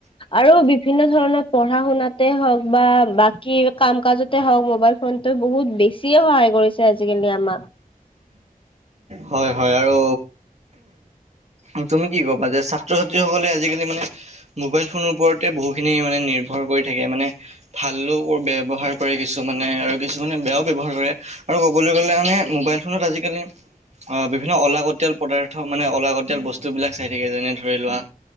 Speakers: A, on the left; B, on the right.
A: আৰু বিভিন্ন ধৰণৰ পঢ়া শুনাতে হওক বা বাকী কাম কাজতে হওক মোবাইল ফোনটো বহুত বেছিয়ে সহায় কৰিছে আজিকালি আমাক
B: হয় হয় আৰু উ তুমি কি ক'বা যে ছাত্ৰ ছাত্ৰী সকলে আজিকালি মানে মোবাইল ফোনৰ ওপৰতে বহু খিনি মানে নিৰ্ভৰ কৰি থাক থাকে মানে ভালো ব্যৱহাৰ কৰে কিছুমানে আৰু কিছুমানে বেয়াও ব্যৱহাৰ কৰে আৰু ক'বলৈ গ'লে মানে মোবাইল ফোনত আজিকালি অ বি বিভিন্ন অলাগতীয়াল পদাৰ্থ মানে অলাগতীয়াল বস্তুবিলাক চাই থাকে যেনে ধৰি লোৱা